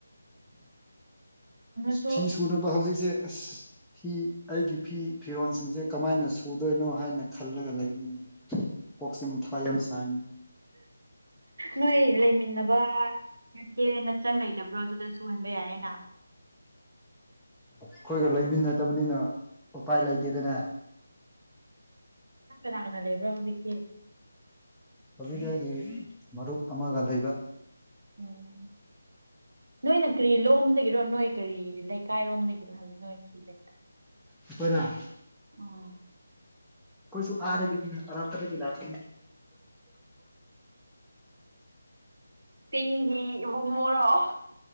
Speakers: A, on the right; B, in the centre.
A: ꯐꯪꯉꯁꯨ
B: ꯐꯤ
A: ꯑꯁ
B: ꯁꯨꯅꯕ ꯍꯧꯖꯤꯛꯁꯦ ꯑꯁ ꯐꯤ ꯑꯩꯒꯤ ꯐꯤ ꯐꯤꯔꯣꯟꯜꯁꯤꯡꯁꯦ ꯀꯃꯥꯏꯅ ꯁꯨꯗꯣꯏꯅꯣ ꯍꯥꯏꯅ ꯈꯜꯂꯒ ꯂꯩꯅꯤꯅꯦ ꯀꯣꯛꯆꯤꯡ ꯊꯥ ꯌꯥꯝ ꯁꯥꯏꯅꯦ
A: ꯅꯣꯏ ꯂꯩꯃꯤꯟꯅꯕ ꯅꯠꯇꯦ ꯅꯠꯆꯟ ꯂꯩꯇꯕ꯭ꯔꯣ ꯑꯗꯨꯗ ꯁꯨꯍꯟꯕ ꯌꯥꯏꯌꯦꯅ
B: ꯑꯩꯈꯣꯏꯒ ꯂꯩꯃꯤꯟꯅꯗꯕꯅꯤꯅ ꯎꯄꯥꯏ ꯂꯩꯇꯦꯗꯅꯦ
A: ꯅꯪ ꯀꯅꯥ ꯀꯅꯥ ꯂꯩꯕ꯭ꯔꯥ ꯍꯧꯖꯤꯛꯇꯤ
B: ꯍꯕꯤꯒꯤ ꯃꯔꯨꯞ ꯑꯃꯒ ꯂꯩꯕ
A: ꯎꯝ ꯅꯣꯏꯅ ꯀꯔꯤ ꯂꯣꯝꯗꯒꯤꯔꯣ ꯅꯣꯏ ꯀꯔꯤ ꯂꯩꯀꯥꯏꯔꯣꯝꯗꯒꯤꯔꯣ ꯍꯥꯏꯕ ꯅꯣꯏ ꯀꯤ ꯂꯩꯀꯥꯏ
B: ꯎꯄꯔ
A: ꯎꯝ
B: ꯀꯣꯏꯁꯨ ꯑꯥꯔꯒꯦꯅꯤꯅ ꯔꯄꯗ ꯏ ꯂꯥꯥꯁ
A: ꯇꯦꯡꯉꯤ ꯑꯃꯁꯨꯡꯨꯡ ꯃꯣꯔꯣꯛ